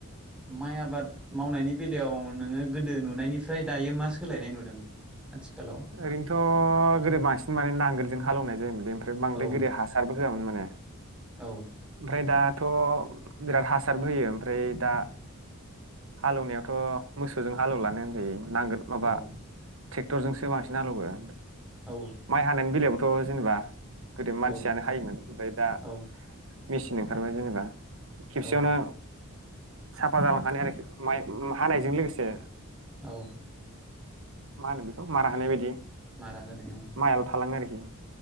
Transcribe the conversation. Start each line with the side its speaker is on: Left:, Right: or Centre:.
Centre: माइ आबाद मावनायनि बेलायाव नोङो गोदो नुनायनिफ्राय दायो मा सोलायनाय नुदों। आथिखालाव
Right: ओरैनोथ गोदो बांसिन माने नांगोल जों हालौनाय जायोमोन। ओमफ्राय बांद्राय
Centre: औ
Right: गोदो हासारबो होआमोन माने
Centre: औ
Right: ओमफ्राय दाथ' बिराद हासारबो होयो ओमफ्राय दा हालेवनायावथ' मोसौजों हालेवलानो होनजायो। नांगोल माबा
Centre: औ
Right: ट्रेक्टरजोंसो बांसिन हालौवो। ए
Centre: औ
Right: माइ हानायानो बिला खौ जेनोबा गोदो मानसियानो
Centre: औ
Right: हायोमोन ओमफाय दा
Centre: औ
Right: मेसिन ओंखारबाय जेनेबा खेबसेयावनो
Centre: औ
Right: साफा जालांखानाय आरोखि माइ हानायजों लोगोसे।
Centre: औ।
Right: मा होनो बेखौ मारा होनाय बायदि?
Centre: मारा होनाय औ
Right: माइ आल थालाङो आरोखि